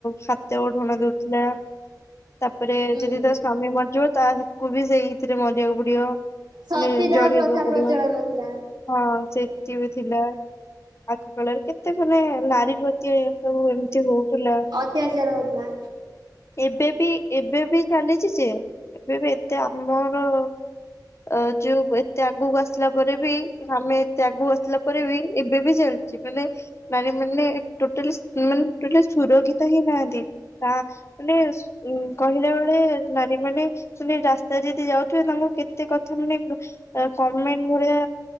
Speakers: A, on the left; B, on the right.
A: ହାତେ ଓଢୁଣା ଦଉଥିଲା। ତାପରେ
B: ହୁଁ
A: ଯଦି ତା ସ୍ଵାମୀ ମରିଯିବ ତା ହେକୁ ବି ସେଇ ଥିରେ ମରିବାକୁ ପଡିବ।
B: ସତୀଦାହ
A: ମାନେ ଜଳିବାକୁ
B: ପ୍ରଥା
A: ପଡିବ
B: ପ୍ରଚଳନ ଥିଲା।
A: ହଁ ସେ ଟି ବି ଥିଲା। ଆଗ କାଳରେ କେତେ ମାନେ ନାରୀ ପ୍ରତି ଏ ସବୁ ଏମିତି ବହୁତ। ଥିଲା
B: ଅତ୍ୟାଚାର ହଉଥିଲା।
A: ଏବେବି ଏବେବି। ଚାଲିଛି ଯେ ଏବେ ବି ଏତେ ଆମର। ଅ ଯୋଉ ଏତେ ଆଗକୁ ଆସିଲା ପରେ ବି ଆମେ ଏତେ ଆଗକୁ ଆସିଲା ପରେ ବି ଏବେ ବି ଜଳ ମାନେ ନାରୀ ମାନେ ଟୋଟାଲ ମେ ସୁରକ୍ଷିତ ହିଁ ନାହାନ୍ତି ତା ମାନେ ଉ କହିଲା ବେଳେ। ନାରୀ ମାନେ ସେ ରାସ୍ତାରେ ଯଦି ଯାଉଥିବେ ତାଙ୍କୁର କେତେ କଥା ମାନେ। କମେଣ୍ଟ ଭଳିଆ